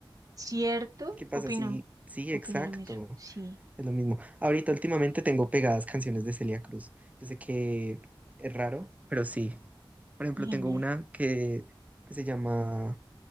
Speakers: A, on the right; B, on the right.
A: cierto,
B: ¿Qué pasa?
A: opino,
B: Sí, sí,
A: opino
B: exacto.
A: lo mismo. Sí,
B: Es lo mismo. Ahorita últimamente tengo pegadas canciones de Celia Cruz. Yo sé que es raro, pero sí. Por ejemplo,
A: genial.
B: tengo una que, que se llama